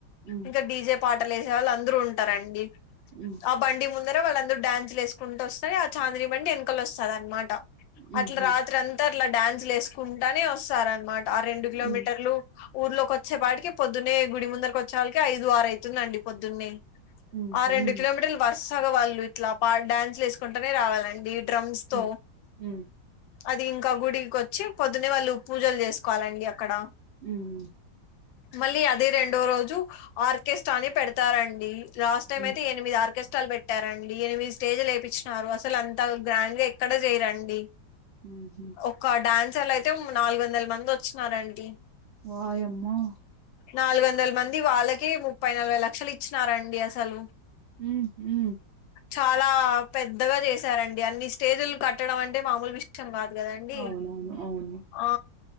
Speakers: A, on the right; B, on the left.
A: హ్మ్.
B: ఇంకా డిజే పాటలు వేసే వాళ్ళు అందరు ఉంటారండి
A: మ్మ్
B: ఆ బండి ముందర వాళ్ళందరూ డ్యాన్స్లు వేసుకుంటూ వస్తే ఆ చాందిని బండి వెనకలు వస్తాదనమాట
A: హుహు.
B: అట్లా రాత్రి అంతా అట్లా డ్యాన్స్లు వేసుకుంటానే వస్తారనమాట ఆ రెండు కిలోమీటర్లు
A: హ్మ్.
B: ఊర్లోకొచ్చే పాటికే పొద్దున్నే గుడి ముందరికి వచ్చాలకే ఐదు ఆరు అయితుందండి పొద్దున్నే
A: హ్మ్.
B: ఆ
A: హ్మ్.
B: రెండు కిలోమీటర్లు వరుసగ వాళ్ళు ఇట్లా పా డ్యాన్స్లు వేసుకుంటానే రావాలండి డ్రమ్స్తో
A: హ్మ్. హ్మ్.
B: అది ఇంకా గుడికొచ్చి పొద్దున్నే వాళ్ళు పూజలు చేసుకోవాలండి అక్కడ
A: మ్మ్
B: మళ్ళీ అదే రెండో రోజు ఆర్కెస్ట్రా అని పెడతారండి లాస్ట్ టైం
A: హ్మ్.
B: అయితే ఎనిమిది ఆర్కెస్ట్రాలు పెట్టారండి ఎనిమిది స్టేజులు ఏపీచ్ చ్చినారు అసలు అంత గ్రాండ్ గా ఎక్కడ చేయరండి
A: మ్మ్ హు
B: ఒక్క డాన్సర్లు అయితే నాలుగు వందల మంది వచ్చినారండి
A: వాయమ్మో
B: నాలుగు వందల మంది వాళ్ళకే ముప్పై నలభై లక్షలు ఇచ్చినారండి అసలు
A: మ్మ్ హు
B: చాలా పెద్దగా చేసారండి అన్ని స్టేజులు కట్టడం అంటే మామూలు విష కాదు కదండి
A: అవునవును. అవును.
B: ఆ